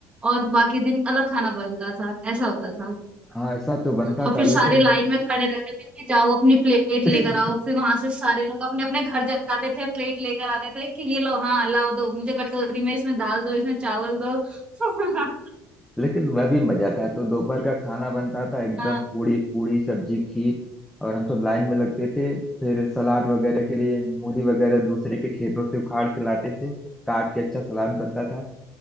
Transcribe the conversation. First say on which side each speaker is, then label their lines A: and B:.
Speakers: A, on the right; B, in the centre.
A: और बाकी दिन अलग खाना बनता था ऐसा होता था
B: हाँ ऐसा तो बनता
A: और फिर
B: था
A: सारे
B: लेकिन
A: लाइन में खड़े रहते थे कि जाओ अपनी प्लेट
B: <laughs>
A: लेकर आओ फिर वहां से सारे लोग अपने अपने घर जाते थे प्लेट लेकर आते थे कि ये लो हाँ लाओ दो मुझे कटोरी में इसमें दाल दो इसमें चावल दो <laughs>
B: लेकिन वह भी मजा था तो दोपहर का खाना बनता था एकदम
A: हाँ
B: पूरी पूरी सब्जी खीर और हम सब लाइन में लगते थे फिर सलाद वगैरह के लिए मूली वगैरह दूसरे के खेतों से उखाड़ के लाते थे काट के अच्छा सलाद बनता था